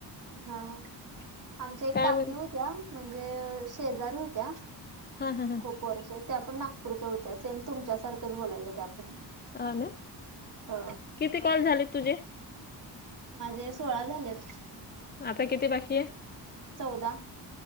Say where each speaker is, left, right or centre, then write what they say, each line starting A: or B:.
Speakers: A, on the right; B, on the left.
A: हा ह आमच्या एक
B: काय
A: काकी
B: म्हण
A: होत्या म्हणजे शेजारी होत्या
B: हा हा हा
A: खूप वर्ष त्या पण नागपूरच्या होत्या सेम तुमच्यासारखंच बोलायचं त्या पण
B: अ न
A: अ
B: किती कॉल झालेत तुझे
A: माझे सोळा झालेत
B: आता किती बाकी आहे
A: चौदा